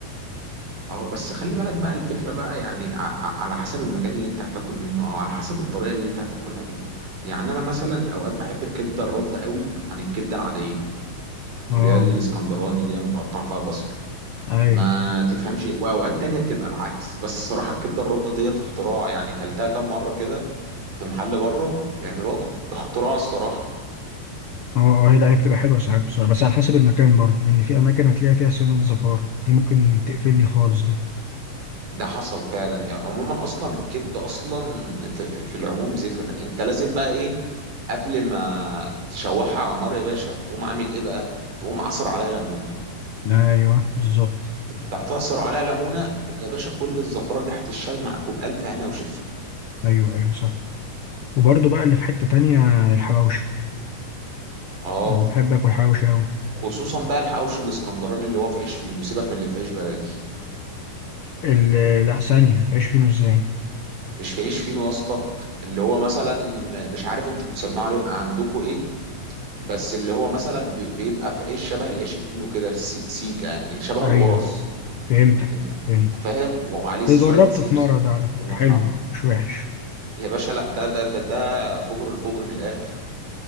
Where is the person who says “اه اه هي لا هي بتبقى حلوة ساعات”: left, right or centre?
Left